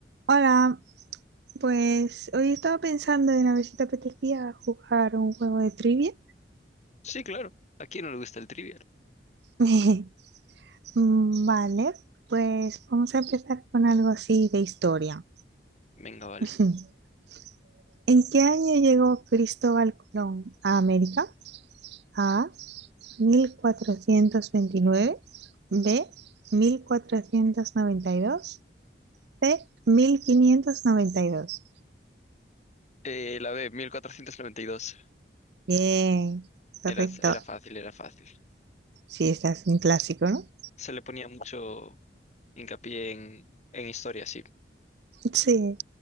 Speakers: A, on the right; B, on the left.
A: Hola, pues hoy estaba pensando en a ver si te apetecía jugar un juego de trivia.
B: Sí, claro. ¿A quién no le gusta el trivial?
A: <laughs> Mm, Vale, pues vamos a empezar con algo así de historia.
B: Venga, vale.
A: <laughs> ¿En qué año llegó Cristóbal Colón a América? A. mil cuatrocientos veintinueve, B. mil cuatrocientos noventa y dos, C. 1592.
B: Eh, la B, 1492.
A: Bien, correcto.
B: Era, era fácil, era fácil.
A: Sí, estás es un clásico, ¿no?
B: Se le ponía mucho hincapié en, en historia, sí.
A: Sí.